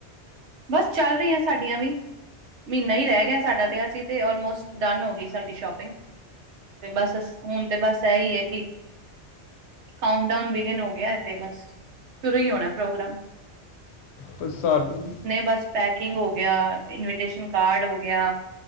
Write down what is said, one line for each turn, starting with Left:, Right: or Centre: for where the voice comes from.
Right: ਬਸ ਚੱਲ ਰਹੀਆਂ ਸਾਡੀਆਂ ਵੀ ਮਹੀਨਾ ਹੀ ਰਹਿ ਗਿਆ ਸਾਡਾ ਤੇ ਅਸੀਂ ਤੇ ਔਲਮੋਸਟ ਡਨ ਹੋ ਗਈ ਸਾਡੀ ਸ਼ੋਪਿੰਗ ਤੇ ਬਸ ਹੁਣ ਤੇ ਬਸ ਇਹੀ ਹੈ ਕਿ ਕਾਊਂਨ ਡਾਊਨ ਬਿਗੇਨ ਹੋ ਵਿਆਹ ਤੇ ਬਸ ਸ਼ੁਰੂ ਹੀ ਹੋਣਾ ਪ੍ਰੋਗਰਾਮ
Left: ਪਰ ਸਾਡ ਜੀ
Right: ਬਸ ਪੈਕਿੰਗ ਹੋ ਗਿਆ ਇਨਵੀਟੇਸ਼ਨ ਕਾਰਡ ਹੋ ਗਿਆ